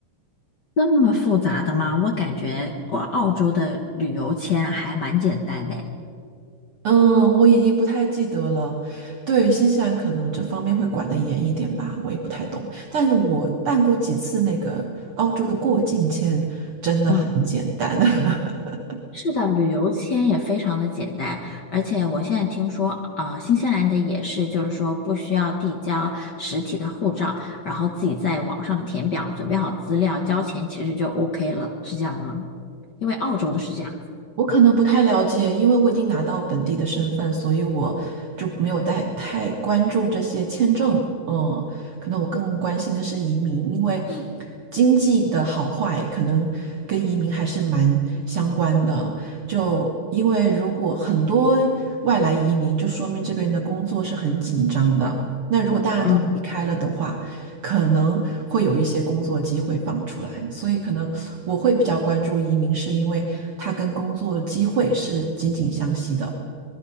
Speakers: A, on the left; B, on the right.
A: 那么复杂的吗？我感觉我澳洲的旅游签还蛮简单的诶
B: 嗯，我已经不太记得了。对，新西兰可能这方面会管得严一点吧，我也不太懂。但是我办过几次那个澳洲的过境签，真的很简单。
A: 嗯。
B: <laughs>
A: 是的，旅游签也非常的简单，而且我现在听说，啊、新西兰的也是，就是说不需要递交实体的护照，然后自己在网上填表，准备好资料，交钱，其实就 OK 了，是这样吗？因为澳洲的是这样。
B: 我可能不太了解，因为我已经拿到本地的身份，所以我就没有太太关注这些签证。嗯，可能我更关心的是移民，因为经济的好坏可能跟移民还是蛮相关的。就因为如果很多外来移民，就说明这边的工作是很紧张的。那如果大家都离开了的话，
A: 嗯。
B: 可能会有一些工作机会放出来，所以可能我会比较关注移民，是因为它跟工作机会是紧紧相系的。